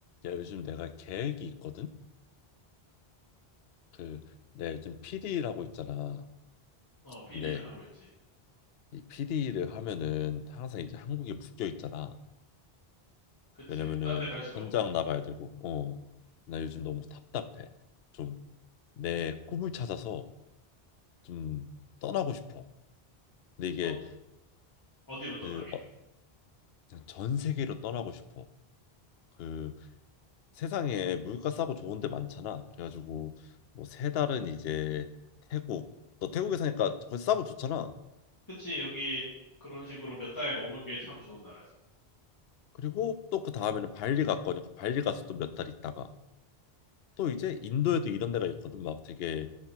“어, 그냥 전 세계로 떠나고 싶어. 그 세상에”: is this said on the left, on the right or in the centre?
Left